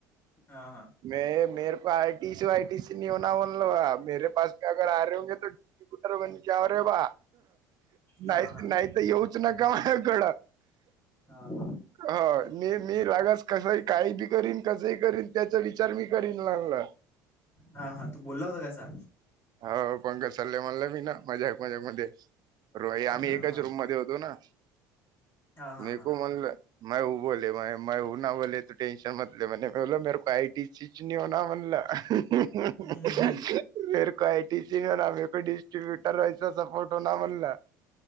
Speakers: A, on the left (about 20°); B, on the right (about 50°).
A: हा हा.
B: म मर प I T C Y T C होणार म्हनल मे पाास अगर आरे हगे. टर बन कवर रे बा.
A: हा
B: नाही
A: हा हा
B: नाही तर येऊच नका माझ्याकड
A: हा
B: हय. मी मी रागाास कसंही काही बी करीन कसंही करीन त्याचा विचार मी करीन लगला.
A: हा हा तू बोलला होता कसा.
B: हो पंकज सल्ले म्हणलं मी ना मजाक मजाक मध्ये. र आम्ही
A: हा
B: एकाच
A: हा
B: रूम मध्ये होतो ना.
A: हा हा
B: मीकू
A: हा
B: म्हणलं मय उ बोल. म ना बोले तू टशन मतले म्ह बोला मर को आय टी सिच हो ना म्हणला. ह ह
A: हम्म हम्म
B: ह.
A: हम्म
B: मेर को आय टी सी हो ना म िस्ट्रीब्यूटर व सपोर्ट हो ना म्हण ना.